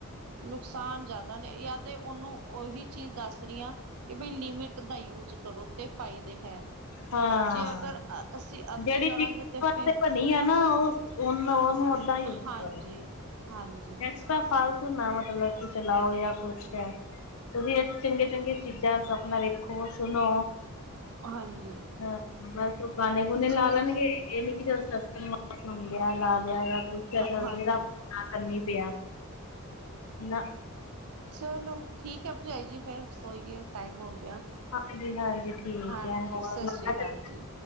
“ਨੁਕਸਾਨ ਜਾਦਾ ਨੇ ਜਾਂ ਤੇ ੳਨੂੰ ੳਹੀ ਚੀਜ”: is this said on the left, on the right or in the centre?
Right